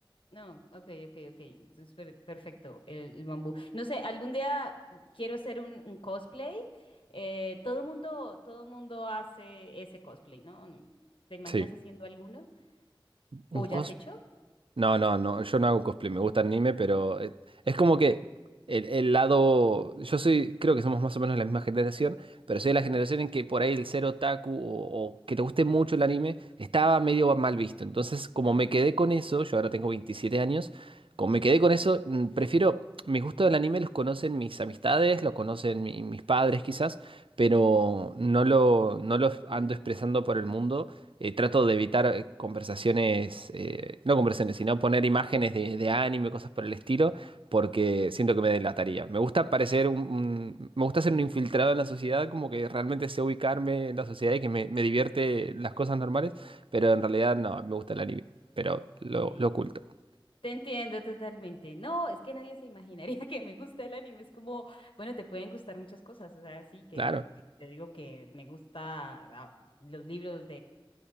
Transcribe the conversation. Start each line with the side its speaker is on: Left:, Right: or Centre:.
Left: No, ok, ok, ok. Entonces, per- perfecto, el, el bambú. No sé, algún día quiero hacer un, un cosplay. Eh, todo mundo, todo mundo hace ese cosplay, ¿no? No- ¿Te imaginas
Right: Sí.
Left: haciendo alguno?
Right: Un
Left: ¿O
Right: cos
Left: ya has hecho?
Right: No, no, no, yo no hago cosplay, me gusta el anime, pero eh, es como que el, el lado, yo soy, creo que somos más o menos la misma generación, pero soy de la
Left: Ujú.
Right: generación en que por ahí el ser otaku o, o que te guste mucho el anime estaba medio mal visto. Entonces, como
Left: Mm,
Right: me quedé con eso, yo ahora tengo 27 años, como me quedé con eso, mm, prefiero, mi gusto del anime los conocen mis amistades, lo conocen mi- mis padres quizás, pero no lo, no lo ando expresando por el mundo eh, trato de evitar eh, conversaciones, eh, no conversaciones, sino poner imágenes de, de anime, cosas por el estilo, porque siento que me delataría. Me gusta parecer un, un- me gusta ser un infiltrado
Left: ujú.
Right: en la sociedad, como que realmente sé ubicarme en la sociedad y que me, me divierte las cosas normales, pero en realidad no, me gusta el anime, pero lo,
Left: Sí.
Right: lo oculto.
Left: Te entiendo totalmente. No, es que nadie se imaginaría <laughs> que me gusta el anime. Es como, bueno, te pueden gustar muchas cosas. O sea, sí que
Right: Claro.
Left: di- yo digo que me gusta ah, los libros